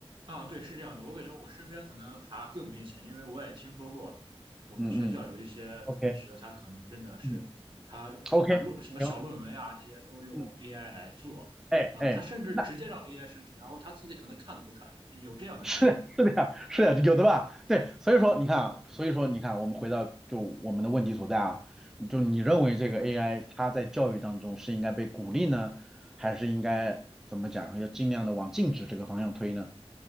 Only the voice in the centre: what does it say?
嗯嗯，OK，
嗯，OK，行，
嗯，
哎哎，
那。哎
<laughs> 是是的呀，是的，有的吧？对，所以说你看啊，所以说你看，我们回到就我们的问题所在啊，就你认为这个 AI 它在教育当中是应该被鼓励呢，还是应该怎么讲，要尽量的往禁止这个方向推呢？